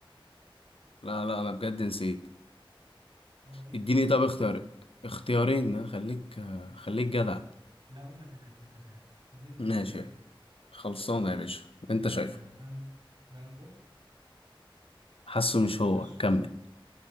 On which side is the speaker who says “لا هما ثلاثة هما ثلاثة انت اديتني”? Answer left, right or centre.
Right